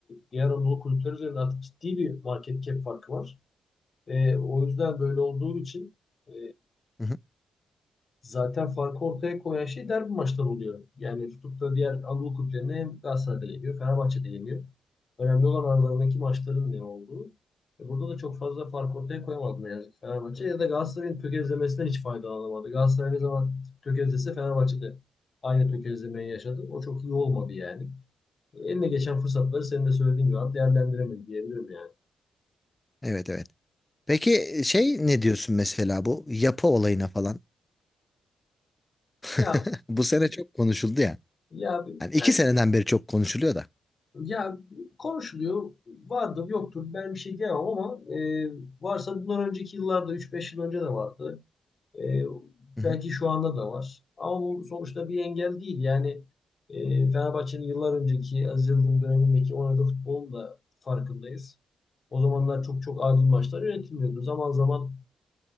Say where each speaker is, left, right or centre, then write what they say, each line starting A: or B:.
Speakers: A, on the left; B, on the left.
A: diğer Anadolu kulüpleri üzerinde artık ciddi bir market cap farkı var. E, o yüzden böyle olduğu için e,
B: Hı hı.
A: Zaten farkı ortaya koyan şey derbi maçları oluyor. Yani tutup da diğer Anadolu kulüplerine hem Galatasaray'da yeniyor, Fenerbahçe'de yeniyor. Önemli olan aralarındaki maçların ne olduğu. E burada da çok fazla fark ortaya koyamadı ne yazık ki Fenerbahçe. Ya da Galatasaray'ın tökezlemesinden hiç faydalanamadı. Galatasaray ne zaman tökezlese Fenerbahçede aynı tökezlemeyi yaşadı. O çok iyi olmadı yani. E, eline geçen fırsatları senin de söylediğin gibi abi değerlendiremedi diyebilirim yani.
B: Evet evet. Peki e, şey ne diyorsun mesela bu yapı olayına falan? <laughs>
A: Ya,
B: Bu sene çok konuşuldu ya.
A: ya ben
B: Yani iki seneden beri çok konuşuluyor da.
A: Ya konuşuluyor. Vardır, yoktur. Ben bir şey diyemem ama e, varsa bundan önceki yıllarda üç beş yıl önce de vardı. E,
B: Hı hı.
A: belki şu anda da var. Ama bu sonuçta bir engel değil. Yani e, Fenerbahçe'nin yıllar önceki Aziz Yıldırım dönemindeki oynadığı futbolun da farkındayız. O zamanlar çok çok adil maçlar yönetilmiyordu. Zaman zaman